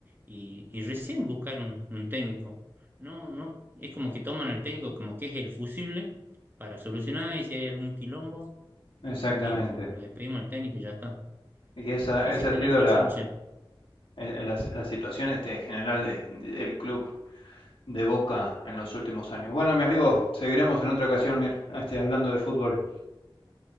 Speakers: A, on the right (about 25°); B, on the left (about 80°).
A: y, y recién buscar un, un técnico. No, no, es como que toman el técnico como que es el fusible para solucionar y si hay algún quilombo,
B: Exactamente.
A: listo, lo despedimos al técnico y ya está.
B: Y
A: Pero
B: esa,
A: sí,
B: esa
A: sí, tenés
B: ha sido
A: razón,
B: la,
A: che.
B: eh, la, la situación este, general de- del club de Boca en los últimos años. Bueno, mi amigo, seguiremos en otra ocasión, mir- este, hablando de fútbol.